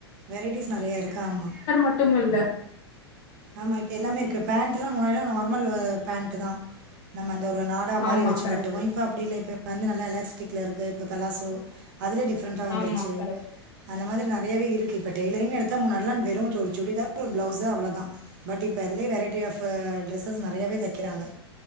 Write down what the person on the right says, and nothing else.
வெரைட்டிஸ் நெறையா இருக்க ஆமா
ஆமா இப்ப எல்லாமே இருக்கு பெண்ட் ம் முல நார்மல் பேண்டு தா நம்ம அந்த நாடா மாரி
வச்சு
கட்டுவோ இப்ப அப்டி இ இ வந்து நல்ல எல்ல க்ல இருக்கு இப்ப தலாசோ அதுலே டிஃப்ரெண்ட்டா வந்துருச்சு
அந்த மாதிரி நா பயவே இருத்து இப்போடெய்லரிங் எடுத்தால் முன்னாலாம் ஒரு சுடிதாரு ஒரு ப்ளவுஸு அவ்வளோ தான். பட் இப்போது வெரைட்டி ஆஃப் ட்ரெஸ் நெறையாவவே தைக்கிறாங்க